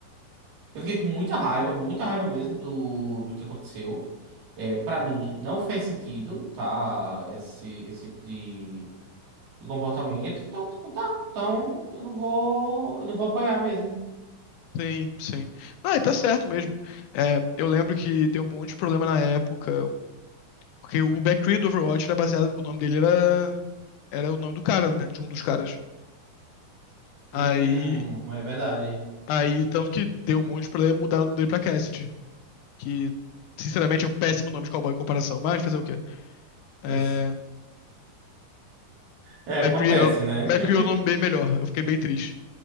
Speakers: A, on the right (about 85°); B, on the left (about 80°).
A: Eu fiquei com muita raiva, muita raiva mesmo do, do que aconteceu. É, para mim, não faz sentido, tá? Esse, esse tipo de, de comportamento. Então, tipo, tá. Então eu não vou. Eu não vou apoiar mesmo.
B: Sim, sim. Não, e tá certo mesmo. É, eu lembro que deu um monte de problema na época, porque o Backtree do Overwatch era baseado. O nome dele era. Era o nome do cara, né? De um dos caras. Aí.
A: Hum, é verdade.
B: Aí, tanto que deu um monte de problema e mudaram o nome dele pra Cassidy. Que, sinceramente, é um péssimo nome de cowboy em comparação, mas fazer o quê? É.
A: <laughs> É, acontece,
B: McCree é,
A: né?
B: McCree
A: <laughs>
B: é um nome bem melhor. Eu fiquei bem triste.